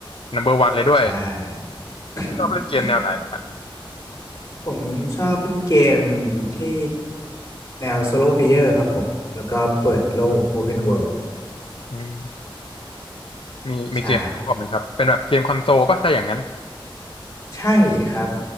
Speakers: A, on the left; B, on the left.
A: นัมเบอร์วันเลยด้วย
B: ใช่ <laughs>
A: ชอบเล่นเกมแนวไหนเหรอครับ
B: ผมชอบเล่นเกมที่แนวโซโล p เพลเยอร์ครับผมแล้วก็เปิดโลก Open World
A: อืมมีมีเกมที่ชอบไหมครับเป็นแบบเกมคอนโซลป่ะถ้าอย่างนั้น
B: ใช่ใช่ครับ